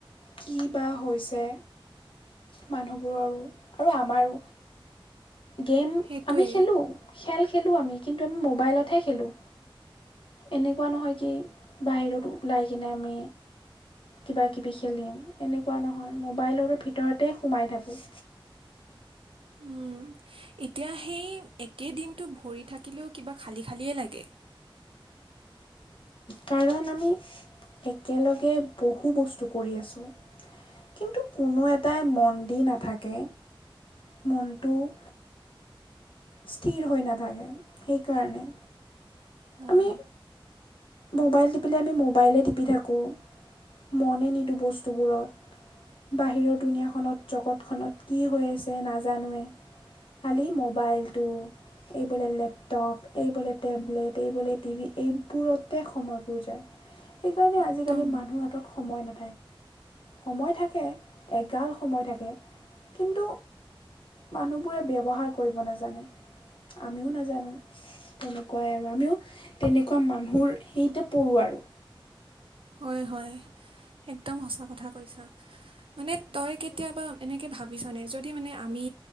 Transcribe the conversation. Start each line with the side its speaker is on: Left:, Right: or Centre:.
Left: কি বা হৈছে। মানুহবোৰৰো আৰু আমাৰো! গেম
Right: সেইটোৱে
Left: আমি খেলোঁ খেল-খেলোঁ আমি কিন্তু আমি মোবাইলতহে খেলোঁ। এনেকুৱা নহয় কি বাহিৰত ওলাই কিনে আমি কিবা কিবি খেলিম এনেকুৱা নহয় মোবাইলৰ ভিতৰতে সোমাই থাকোঁ।
Right: <inaudible> উম। এতিয়া সেই একেই দিনটো ভৰি থাকিলেও কিবা খালী খালিয়ে লাগে। <inaudible>
Left: কাৰণ আমি একেলগে বহু বস্তু কৰি আছোঁ। কিন্তু কোনো এটাই মন-দি নাথাকে। মনটো - স্থিৰ হৈ নাথাকে সেইকাৰণে-
Right: হয়,
Left: আমি মোবাইল টিপিলে আমি মোবাইলে টিপি থাকোঁ মনে নিদিওঁ বস্তুবোৰত। বাহিৰৰ দুনীয়াখনত জগতখনত কি হৈ আছে নাজানোৱে। খালি মোবাইলটো- এই বোলে লেপটপ, এই বোলে টেবলেট, এই বোলে টিভি এইবোৰত সময়বোৰ যায়, সেইকাৰণে
Right: একদম
Left: আজিকালি মানুহৰ হাতত সময় না সময় থাকে, এগাল সময় থাকে, কিন্তু মানুহবোৰে ব্যৱহাৰ কৰিব নেজানে। আমিও নাজানো, তেনেকুৱাই আৰু আমিও তেনেকুৱা মানুহৰ হেৰিতে পৰোঁ আৰু।
Right: হয়- হয়, একদম সঁচা কথা কৈছা। মানে তই কেতিয়াবা এনেকে ভাবিছ নে? যদি মানে আমি